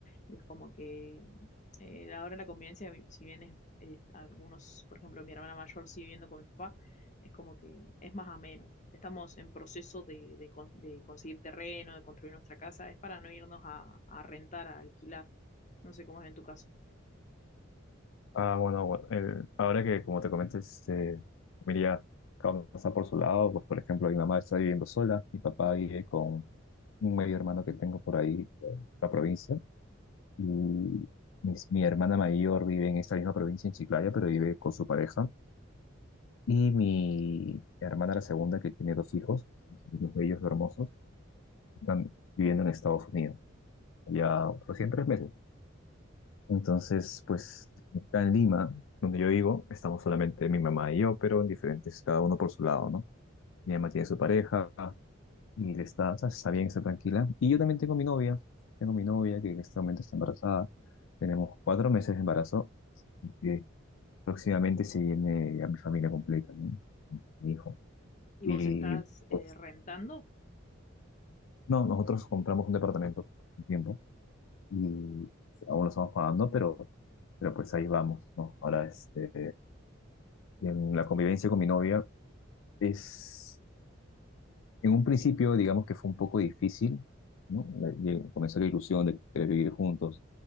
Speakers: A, on the left (about 35°); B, on the left (about 75°).
A: Y es como que eh, ahora la convivencia, si bien es, es algunos, por ejemplo, mi hermana mayor sigue viviendo con mi papá, es como que es más ameno. Estamos en proceso de, de con- de conseguir terreno, de construir nuestra casa, es para no irnos a, a rentar, a alquilar. No sé cómo es en tu caso.
B: Ah, bueno, bueno, el- ahora que como te comenté, este, mira, cada uno está por su lado, pues por ejemplo, mi mamá está viviendo sola, mi papá vive con un medio hermano que tengo por ahí, eh, en la provincia, y mis- mi hermana mayor vive en esta misma provincia, en Chiclayo, pero vive con su pareja Y mi hermana, la segunda, que tiene dos hijos, dos bellos, hermosos, están viviendo en Estados Unidos, ya recién tres meses. Entonces, pues, acá en Lima, donde yo vivo, estamos solamente mi mamá y yo, pero en diferentes, cada uno por su lado, ¿no? Mi mamá tiene su pareja y le está, está bien, está tranquila. Y yo también tengo mi novia, tengo mi novia que en este momento está embarazada. Tenemos cuatro meses de embarazo y que próximamente se viene a mi familia completa, ¿no? Mi hijo.
A: ¿Y
B: Y
A: vos estás
B: pues
A: eh, rentando?
B: No, nosotros compramos un departamento hace un tiempo y aún lo estamos pagando, pero, pero pues ahí vamos, ¿no? Ahora, este, en la convivencia con mi novia es, en un principio, digamos que fue un poco difícil, ¿no? Le- Comenzó la ilusión de querer vivir juntos.